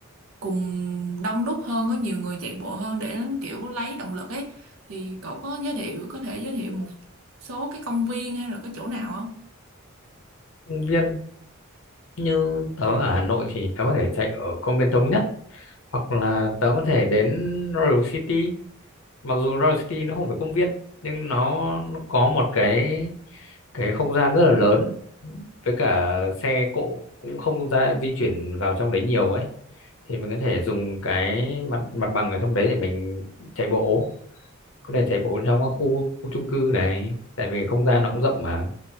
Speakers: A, on the right; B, on the left.
A: cùng đông đúc hơn có nhiều người chạy bộ hơn để kiểu lấy động lực ấy thì cậu có giới thiệu có thể giới thiệu một số cái công viên hay là cái chỗ nào không
B: công viên như tớ ở Hà Nội thì tớ có thể chạy ở công viên Thống Nhất hoặc là tớ có thể đến Royal City mặc dù Royal City nó không phải công viên nhưng nó, nó có một cái cái không gian rất là lớn với cả xe cộ cũng không ra di chuyển vào trong đấy nhiều ấy thì mình có thể dùng cái mặt mặt bằng ở trong đấy để mình chạy bộ có thể chạy bộ trong các khu khu chung cư này tại vì không gian nó cũng rộng mà